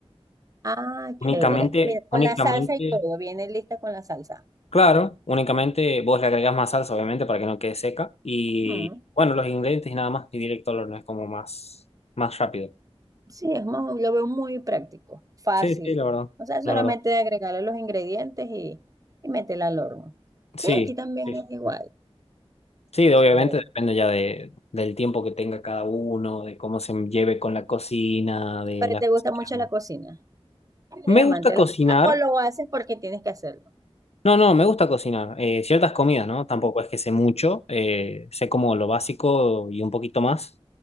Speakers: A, on the right (about 35°); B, on the left (about 75°).
A: Ah, chévere.
B: Únicamente,
A: Mira, con
B: únicamente,
A: la salsa y todo, viene lista con la salsa.
B: claro, únicamente vos le agregás más salsa, obviamente, para que no quede seca. Y
A: Mm.
B: bueno, los ingredientes y nada más, y directo al horno, es como más, más rápido.
A: Sí, es muy- lo veo muy práctico, fácil.
B: Sí, sí, la verdad,
A: O sea, solamente
B: la verdad.
A: agregarle los ingredientes y, y meterla al horno. Sí,
B: Sí,
A: aquí también
B: sí, sí.
A: es igual.
B: Sí, Sí, de- obviamente
A: Eh,
B: depende ya de, del tiempo que tenga cada uno, de cómo se lleve con la cocina, de
A: pero
B: las
A: te
B: cosas
A: gusta mucho
B: que haga.
A: la cocina. ¿Eres
B: Me
A: amante
B: gusta
A: de la
B: cocinar.
A: cocina o lo haces porque tienes que hacerlo?
B: No, no, me gusta cocinar. eh, ciertas comidas, ¿no? Tampoco es que sé mucho. eh, sé como lo básico y un poquito más,